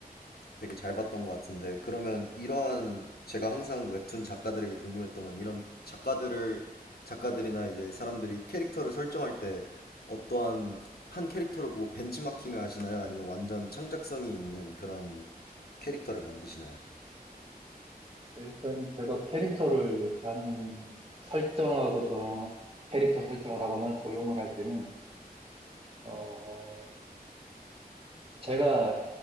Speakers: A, on the left; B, on the right.
A: 되게 잘 봤던 것 같은데 그러면 이런 제가 항상 웹툰 작가들에게 궁금했던 건 이런 작가들을 작가들이나 이제 사람들이 캐릭터를 설정할 때 어떠한 한 캐릭터를 보고 벤치마킹을 하시나요? 아니면 완전 창작성이 있는 그런 캐릭터를 만드시나요?
B: 일단 제가 캐릭터를 이렇게 하는, 설정하거나, 캐릭터 설정을 하거나 조용을 할 때는, 어, 제가